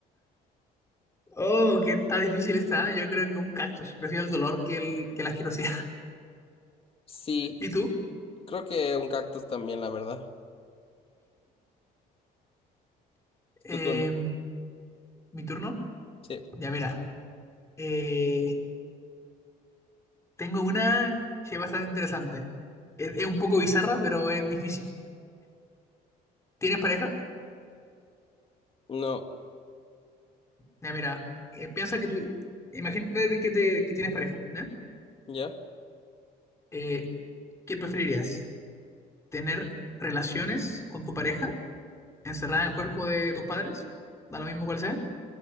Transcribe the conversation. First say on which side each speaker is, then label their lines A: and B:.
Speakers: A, on the left; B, on the left.
A: oh, que está difícil está. Yo creo que un cactus. Prefiero el dolor que, el, que la asquerosidad. <laughs>
B: Sí,
A: ¿Y tú?
B: creo que un cactus también, la verdad. Es
A: Eh,
B: tu turno.
A: ¿mi turno?
B: Sí.
A: Ya, mira. Eh, Tengo una que es bastante interesante. Es, es un poco bizarra, pero es difícil. ¿Tienes pareja?
B: No,
A: Ya, mira, eh, piensa que tú, imagínate que, te- que tienes pareja, ¿ya?
B: ya.
A: Eh, ¿qué preferirías? ¿Tener relaciones con tu pareja encerrada en el cuerpo de tus padres? Da lo mismo cual sea.